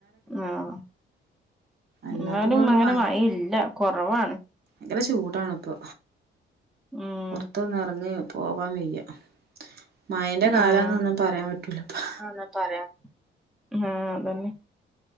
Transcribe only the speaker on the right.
അല്ലാത്തപ്പോഴൊന്നും
ഭയങ്കാര ചൂടാണിപ്പേ
പൊറത്തൊന്ന് എറങ്ങേ പോവാൻ വയ്യാ. മയന്റെ
കാലാന്നൊന്നും പറയാൻ പറ്റൂല്ലാ ഇപ്പോ.